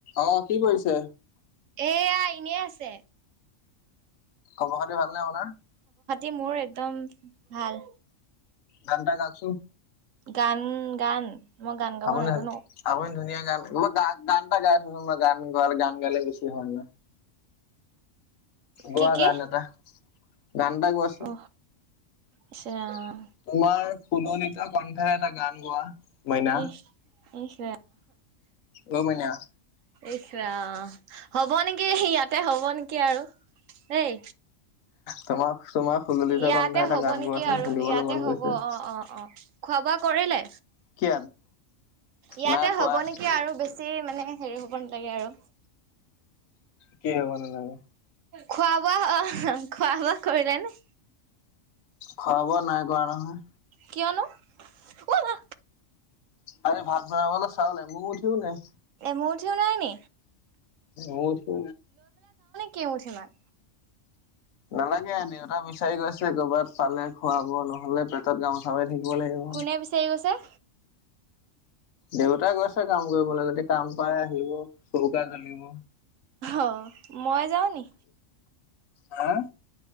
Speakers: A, on the left; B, on the right.
A: অ' কি কৰিছে?
B: এয়া এনেই আছে
A: খবৰ খাতি ভাল নে আপোনাৰ।
B: এ মোৰ একদম ভাল
A: ঘণ্টা কাকচোন
B: গান গান। মই গান গাব
A: আপুনি
B: নাজানো
A: আপুনি ধুনীয়াক গ গ গানটা গাই আছোনাৰ গান গ গান গালে বেছি হয় ন! গোৱা
B: কি কি
A: গান এটা। গান এটা গোৱাচোন
B: অ ইচ
A: তোমাৰ।
B: ৰাম
A: কুননিত কণ্ঠৰে এটা গান গোৱা। মইনা
B: ইশশ ইশ
A: অ মইনা
B: ইছা হ'ব নেকি ইয়াতে হ'ব নেকি আৰু দেই
A: তোমাক তোমাৰ সুললিত
B: ইয়াতে
A: কন্থাে এটা
B: হ'ব
A: গান
B: নেকি
A: গোৱাচোন
B: আৰু
A: শুনিবলৈ
B: ইয়াতে
A: মন
B: হ'ব
A: গৈছে।
B: অ অ অ খোৱা বোৱা কৰিলে।
A: কি
B: ইয়াতে
A: নাই খোৱা
B: হ'ব নেকি আৰু বেছি মানে হেৰি হব নালাগে আৰু
A: কি হব নালাগে
B: খোৱা বোৱা অ খোৱা বোৱা কৰিলে নে,
A: খোৱা বোৱা নাই কৰাৱা নহয়।
B: কিয়নো ব'লা।
A: আ ভাত বনাবলৈ চাউ নাই মোৰ উঠিও নাই
B: মোৰ যও নাই ন
A: অ' চো
B: কমঠমানমান
A: নালাগে দেউতা বিচাৰি গৈছে ক'ৰবাত পালে খোৱা বোৱা নহ'লে পেটত গামোচা থাকিব লাগিব।
B: কোনে বিচাৰি গৈছে
A: দেউতাই গৈছে কাম কৰিবলৈ যদি কাম পাই আহিব চৌকা জ্বলিব।
B: অ' মই যাওঁ নি
A: হা